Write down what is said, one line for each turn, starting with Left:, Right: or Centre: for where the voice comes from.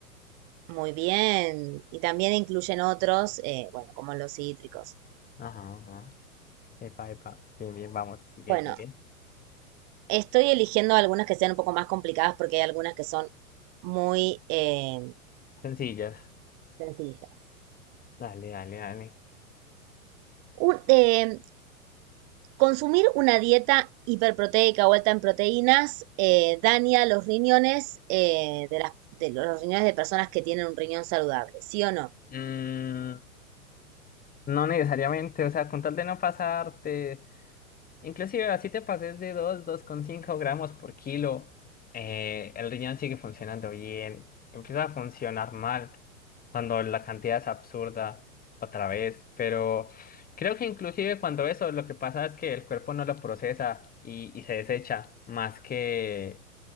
Right: Muy bien. Y también incluyen otros, eh, bueno, como los cítricos.
Left: Ajá, ajá. Epa, epa. Bien, bien, vamos, sigue,
Right: Bueno,
Left: sigue.
Right: estoy eligiendo algunas que sean un poco más complicadas porque hay algunas que son muy eh,
Left: Sencillas.
Right: sencillas.
Left: Dale, dale, dale.
Right: Un- eh, Consumir una dieta hiperproteica o alta en proteínas eh, daña los riñones eh, de, las, de los riñones de personas que tienen un riñón saludable, ¿sí o no?
Left: Mm, no necesariamente, o sea, con tal de no pasarte. Inclusive así te pases de 2, cinco gramos por kilo, eh, el riñón sigue funcionando bien, empieza a funcionar mal cuando la cantidad es absurda otra vez, pero creo que inclusive cuando eso lo que pasa es que el cuerpo no lo procesa y, y se desecha más que